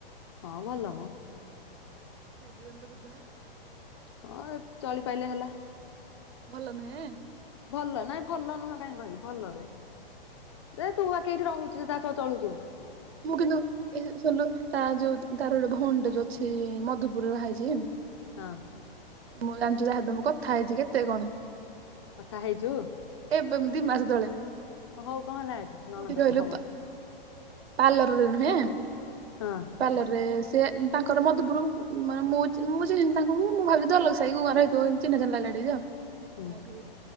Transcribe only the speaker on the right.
ଲାଗି ବନିତ ଯୁଦ୍ଧ?
ଭଲ ନୁହେଁ?
ମୁଁ କିନ୍ତୁ ଏ ଯୋଉ ଶୁଣିଲୁ ତାର ଯୋଉ ତାର ଗୋଟେ ଭଉଣୀଟେ ଯୋଉ ଅଛି ମଧୁପୁରରେ ବହାହେଇଛି?
ମୁଁ ଜାଣିଚୁ ତାହା ସହିତ ମୁଁ କଥା ହେଇଛି କେତେ କଣ?
ଏବେ ବ ଦି ମାସ ତଳେ।
କୋଉଟି କହିଲୁ?
ପାର୍ଲରରେ ନୁହେଁ?
ପାର୍ଲରରେ ସେ ତାଙ୍କ ଘର ମଧପୁରୁ। ମାନେ ମୁଁ ଚିନ୍ ଚିହ୍ନିନି ତାଙ୍କୁ ବି ମୁଁ ଭାବିଛି ଦଲଗ ସାହି କୋଉ ଘର ହେଇଥିବ ଏମତି ଚିହ୍ନା ଚିହ୍ନା ଲାଗିଲା ଟିକେ ଯେ
ଆଉ।